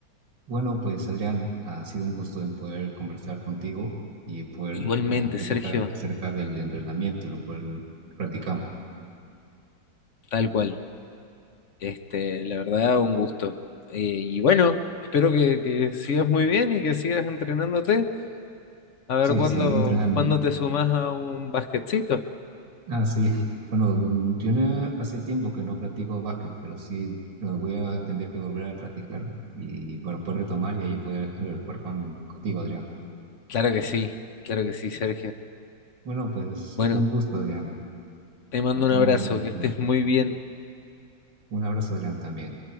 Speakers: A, on the right; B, on the left.
A: Bueno, pues Adrián, ha sido un gusto en poder conversar contigo y poder
B: Igualmente,
A: ah, platicar
B: Sergio,
A: acerca del entrenamiento, lo cual practicamos.
B: tal cual. Este, la verdad, un gusto. Eh, y bueno, espero que, que sigas muy bien y que sigas entrenándote. A ver
A: Sí,
B: cuándo,
A: seguiré entrenando.
B: cuándo te sumas a un basquetcito.
A: Ah, sí. Bueno, yo no- hace tiempo que no practico básquet, pero sí eh, voy a tener que volver a practicar y para poder retomar y ahí poder <laughs> jugar con, contigo, Adrián.
B: Claro que sí, claro que sí, Sergio.
A: Bueno, pues
B: Bueno,
A: un gusto, Adrián.
B: te mando
A: Nos estamos
B: un abrazo,
A: viendo
B: que
A: y conversar.
B: estés muy bien.
A: Un abrazo, Adrián, también.